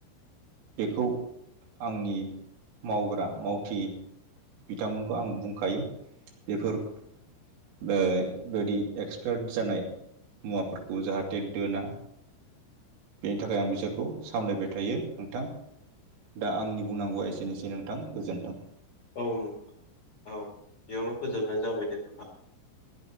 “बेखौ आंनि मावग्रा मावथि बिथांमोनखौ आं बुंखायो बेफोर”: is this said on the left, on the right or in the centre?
Right